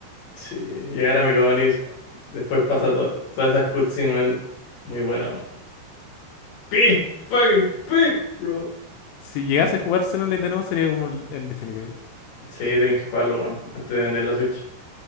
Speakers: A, on the left; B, on the left.
A: Sí, llegar a Meconis. Después pasa to- todas esas cutscenes, weón. Muy bueno. Peak, fucking peak, bro.
B: Si llegase a jugar Xenoblade de nuevo sería como el, el definitivo.
A: Sí, tenéis que jugarlo, weón, antes de vender la Switch.